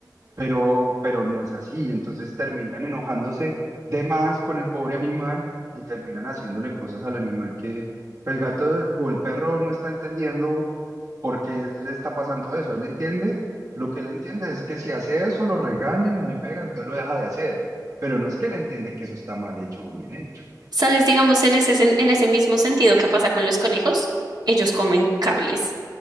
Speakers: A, on the right (about 50°); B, on the right (about 70°).
A: pero, pero no es así. Entonces terminan enojándose de más con el pobre animal y terminan haciéndole cosas al animal que pues, el gato o el perro no está entendiendo por qué le está pasando eso. Él entiende, lo que él entiende es que si hace eso lo regañan o le pegan, entonces lo deja de hacer. Pero no es que él entiende que eso está mal hecho o bien hecho.
B: Sabes, digamos, en ese, sen- en ese mismo sentido que pasa con los conejos, ellos comen cables.